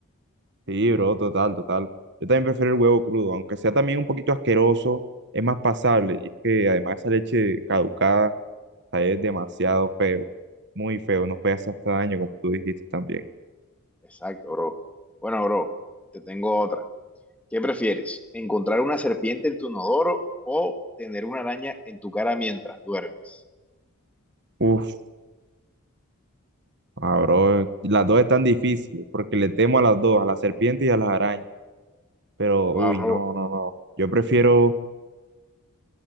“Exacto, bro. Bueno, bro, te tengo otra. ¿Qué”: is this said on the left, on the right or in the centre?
Centre